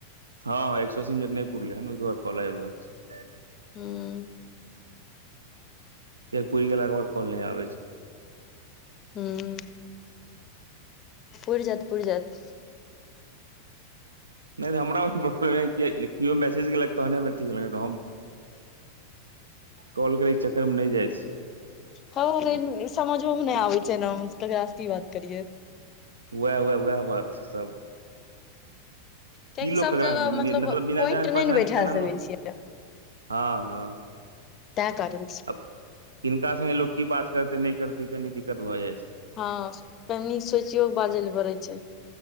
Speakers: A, on the right; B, on the left.
A: हां हां एक सौ अस्सी मिनट नै पुरले हन ओय दुआरे कॉल आएब रहल छै।
B: हूँ।
A: के पूर गेलाके बाद कोल नै आबै छै।
B: हूं। पुर जैत, पुर जैत।
A: नै त हमरा ओय सब पर <unintelligible> कियो मैसेज केलक तहने हम अथी केलौ नय त हम कॉल करै के चक्कर मे नै जाइ छियै।
B: हां लेकिन
A: देख-
B: समझो मे नै आबै छै एना में ककरा से की बात करिए।
A: वैह-वैह-वैह बात छै, सब
B: कियकि
A: की लोक
B: सब
A: ककरा
B: जगह मतलब
A: बिना
B: पोइंट
A: जान पहचान
B: नै न बैठा
A: के केना
B: सकै
A: लोक
B: छियै।
A: हँ हँ
B: तै कारण से।
A: किनका संगे लोक की बात करते नै करते कनि दिक्कत भऽ जाइ छै।
B: हां कनि सोचियो बाजल पड़ै छै।